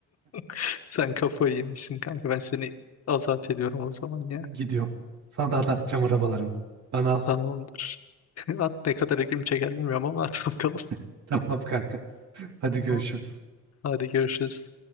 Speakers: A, on the left; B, on the right.
A: <laughs> Sen kafayı yemişsin kanka. Ben seni azat ediyorum o zaman ya.
B: Ben Gidiyorum. Sana da anlatacağım arabalarımı. Bana al.
A: Tamamdır. <laughs> At ne kadar ilgimi çeker bilmiyorum ama <laughs> at bakalım.
B: <laughs> Tamam kanka. Hadi
A: Tamam.
B: görüşürüz.
A: Hadi görüşürüz.